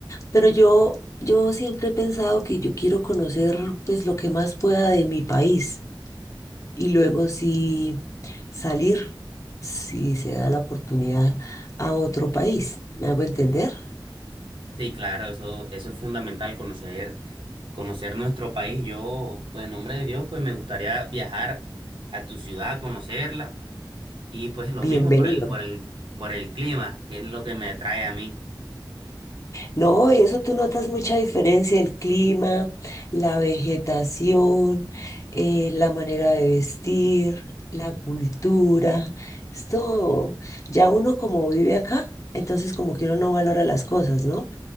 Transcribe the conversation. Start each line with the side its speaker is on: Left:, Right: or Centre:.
Left: Pero yo, yo siempre he pensado que yo quiero conocer pues lo que más pueda de mi país y luego sí salir, si se da la oportunidad, a otro país. ¿Me hago entender?
Right: Sí, claro, eso, eso es fundamental, conocer, conocer nuestro país. Yo, pues en nombre de Dios, pues me gustaría viajar a tu ciudad, conocerla, y pues lo
Left: Bienvenido.
Right: mismo por el, por el, por el clima, que es lo que me atrae a mí.
Left: No, y eso tú notas mucha diferencia, el clima, la vegetación, eh, la manera de vestir, la cultura, es todo. Ya uno como vive acá, entonces como que uno no valora las cosas, ¿no?